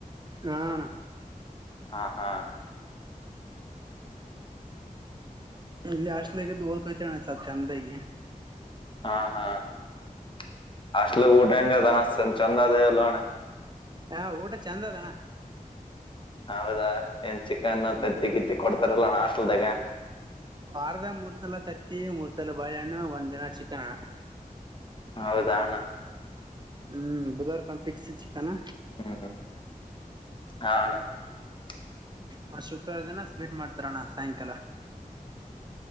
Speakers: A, on the right; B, on the left.
A: ಅಣ
B: ಹಾ ಹಾ
A: ಇಲ್ಲಿ ಅಷ್ಟಲಗಿದ್ದು ಹೋದಕೋತಣ ಸ್ಲ್ಪ ಚೆಂದಾಗಿ
B: ಹಾ ಹಾ <inaudible> ಅಷ್ಟಲು ಊಟಾಯಂ ಕದನ ಚಂದದ ಅಲೋನ
A: ಹಾ ಊಟ ಚೆಂದ ಅದಣ್ಣ
B: ಹೌದಾ ಏನ್ ಚಿಕನ್
A: ಹ್ಮ್
B: ತತ್ತಿ ಕಿತ್ತಿ ಕೊಡ್ತಾರಲ್ಲ ನಣ ಹಾಸ್ಟೆಲ್ದಾಗ
A: ವಾರದ ಮೂರ್ ಸಲ ತತ್ತಿ ಮೂರ್ ಸಲ ಬಾಳೆಹಣ್ಣು ಒಂದ್ಿನ ಚಿಕನ್ ಹಣ್ಣ
B: ಹೌದಣ್ಣ
A: ಹ್ಮ್ ಬುಧವಾರ ಕ ಫಿಕ್ಸ್ ಚಿಕನ್
B: ಹ್ಮ್ <inaudible> ಹಣ <unintelligible>
A: ಮ ಶುಕ್ರವಾರ ದಿನ ಸ್ವೀಟ್ ಮಾಡ್ತಾರಣ್ಣ ಸಾಯಂಕಾಲ